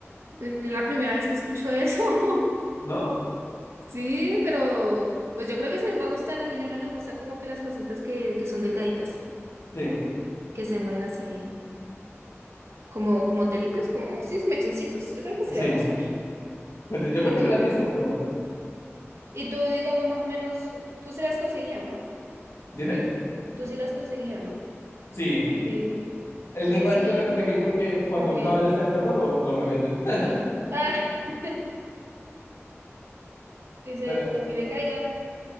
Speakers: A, on the right (about 65°); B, on the left (about 75°).
A: La primera vez que escucho eso. <laughs>
B: ¿No?
A: Sí, pero pues yo creo que sí les va a gustar. A Ginebra les gusta como que las cositas que, que son delgaditas,
B: Sí,
A: que se mueven así, como, como telitas, como, sí, sí, mechoncitos. Yo creo que sí
B: sí.
A: le va a gustar.
B: Pues yo creo
A: Y
B: que
A: tú,
B: te lo has visto, pero
A: y tú, digamos, más o menos, tú se las conseguías, ¿no?
B: dime.
A: Tú sí las has conseguido, ¿no?
B: Sí,
A: Increíble.
B: es
A: ¿Eso
B: muy fácil
A: sí
B: de conseguir
A: corre?
B: porque cuando
A: Ok.
B: un caballo está enfermo lo, lo revenden. <laughs>
A: Ah, <laughs> dicen,
B: Pero,
A: a que le caiga,